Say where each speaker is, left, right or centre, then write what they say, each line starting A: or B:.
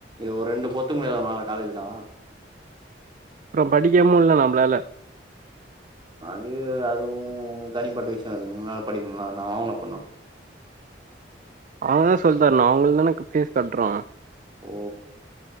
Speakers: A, on the right; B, on the right.
A: ஒரு ரெண்டு பொத்துக்குடிய உன்னால காலேஜ்லாம்
B: அப்புறம் படிக்கமல்ல நம்பளால
A: அது அதுவும் தனிப்பட்ட விஷயம் அது அது ஒ தனிப்பட்ட விஷயம் அது முன்னாவது படிக்கும்போது இன்னவேனளும் வாங்கின பண்ணா
B: அவங்கதான் சொல்லிதரனு நான் அவங்கள தான ஃபீஸ் கட்டுறோம்
A: ஓ